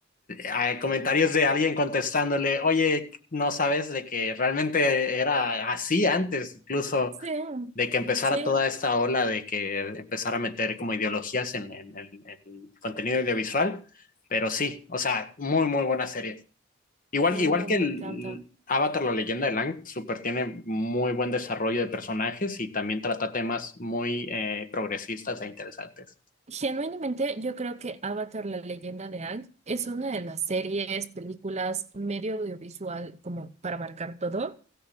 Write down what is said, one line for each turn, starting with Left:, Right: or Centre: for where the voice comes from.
Left: a comentarios de alguien contestándole, oye, no sabes de que realmente era así antes, incluso
Right: Sí,
Left: de que empezara
Right: sí,
Left: toda esta ola de que empezara a meter como ideologías en el contenido audiovisual, pero sí, o sea, muy, muy buena serie. Igual,
Right: sí,
Left: igual
Right: no,
Left: que
Right: me
Left: el
Right: encanta.
Left: Avatar, la leyenda de Lang, super tiene muy buen desarrollo de personajes y también trata temas muy eh, progresistas e interesantes.
Right: Genuinamente, yo creo que Avatar, la leyenda de Aang, es una de las series, películas, medio audiovisual, como para marcar todo,